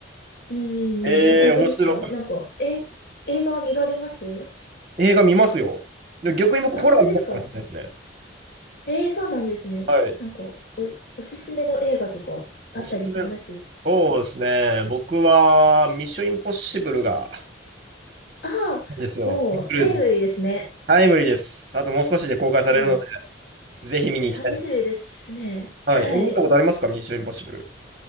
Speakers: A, on the left; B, on the right.
A: うーん、
B: ええー面白い。
A: あ本当ですかなんか、え、映画見られます
B: 映画見ますよ。でも逆に僕、
A: あ、
B: ホラー見たかもしれないですね。
A: 本当ですかえーそうなんですね。
B: はい。
A: なんか、お、おすすめの映画とかあったりします
B: おすすめ。そうですね。僕は、ミッションインポッシブルが、
A: ああ、
B: ですよ。
A: もうタイムリーですね。
B: トムクルーズの。タイムリーです。あともう少しで公開されるので、
A: も
B: ぜひ見に行きたい。
A: う、いや楽しみですね。
B: はい。
A: はい。
B: え見たことありますかミッションインポッシブル。